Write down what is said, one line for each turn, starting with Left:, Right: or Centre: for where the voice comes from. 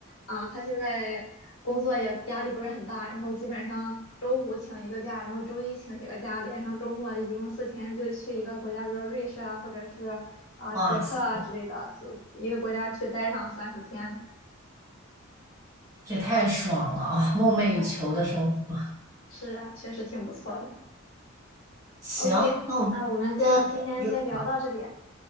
Left: 啊、他现在工作也压力不是很大，然后基本上周五请一个假，然后周一请一个假，连上周末一共四天就去一个国家，比如瑞士啊，或者是啊、
Right: 哇塞，
Left: 捷克啊之类的，就一个国家去待上三四天。
Right: 这也太爽了啊！梦寐以求的生活。
Left: 哎，是啊，确实挺不错的。
Right: 行，
Left: OK，
Right: 那我们先聊到这。
Left: 那我们就今天先聊到这里。